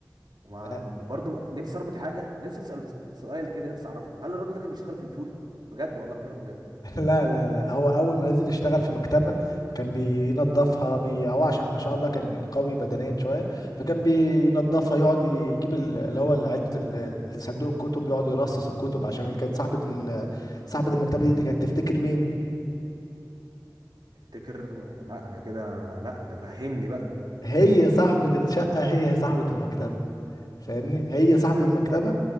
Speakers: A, on the right; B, on the left.
A: وما...
B: اه
A: وبرضه نفسي اربط حاجه نفسي اساله س- سؤال كده نفسي اعرفه هل الراجل ده كان بيشتغل في الفول بجد والله بكلمك بجد
B: لا لا لا هو اول ما نزل يشتغل في مكتبه كان بينظفها بي او عشان ما شاء الله كان قوي بدنيا شويه فكان بينظفها يقعد يجيب ال- اللي هو علبه ال- الصندوق الكتب يقعد يرصص الكتب عشان كانت صاحبه ال... صاحبه المكتبه دي كانت تفتكر مين
A: تفتكر م- لا انا كده لا انت فهمني بقى
B: هي صاحبه الشقه هي صاحبه المكتبه فاهمني هي صاحبه المكتبه